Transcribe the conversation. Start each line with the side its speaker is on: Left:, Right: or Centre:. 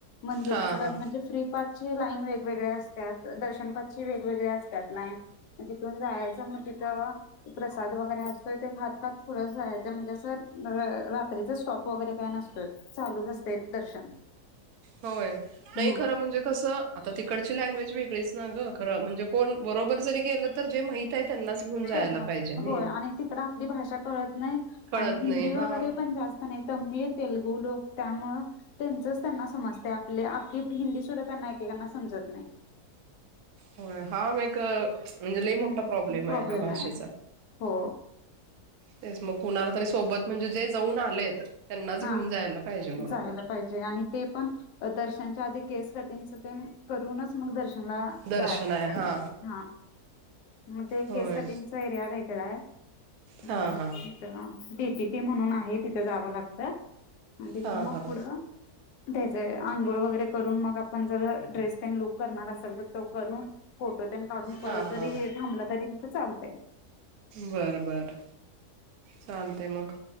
Left: मंदिरचं,
Right: हां हां
Left: म्हणजे फ्री पासची लाईन वेगवेगळ्या असत्यात, दर्शन पासची वेगवेगळे्या असतात, लाईन म तिथून जायाचं, म तिथं प्रसाद वगैरे असतोय, ते खात-खात पुढं जायच, म्हणजे असं रात्रीच स्टॉप वगैरे काय नसत, चालूच असते दर्शन.
Right: होय नही
Left: हम्म
Right: खरं म्हणजे कसं, आता तिकडची लँग्वेज वेगळीच ना गं, खरं म्हणजे कोण बरोबर जरी गेलं, तर जे माहित आहे त्यांनाच घेऊन जायला
Left: त्यांनच,
Right: पाहिजे नाही
Left: होय आणि तिकड आपली भाषा कळत नाही,
Right: कळत
Left: आणि हिंदी
Right: नाही
Left: वगैरे,
Right: हा
Left: पण जास् त नाही, तमीळ तेलगू लोक, त्यामुळं त्यांचच त्यांना समजते, आपले-आपली हिंदी सुद्धा, त्यांना एकेकांना समजत नाही.
Right: होय, हा म एक, म्हणजे
Left: हम्म
Right: लई मोठा प्रॉब्लेम ये, हा भाषेचा.
Left: आहे हो
Right: तेच मग कुणाला तरी सोबत, म्हणजे जे जाऊन आलेत. त्यांनाच
Left: हां,
Right: घेऊन जायला पाहिजे बरोबर.
Left: जायला पाहि जे अणि ते पण, दर्शनच्या आधी केस कटिंग च, तेन करूनच मग दर्शनला
Right: दर्शन
Left: जायाच,
Right: आहे हा
Left: हां, मग ते
Right: होय
Left: केस कटिंग चा एरिया वेगळा य, तिथं
Right: हा हा
Left: अ डीपीटी म्हणून आहे, तिथं जावं लाग त, अ तिथून
Right: हा
Left: म
Right: हा
Left: पुढ त्याचे आंघोळ वगैरे करून, मग आपण, जर ड्रेस ते लुक करणार असेल, तर तो करून फोटो तेन काढून,
Right: हा
Left: परत जरी
Right: हा
Left: हे थांबल, तरी तिथं चालतय.
Right: बर बर, चालतंय मग,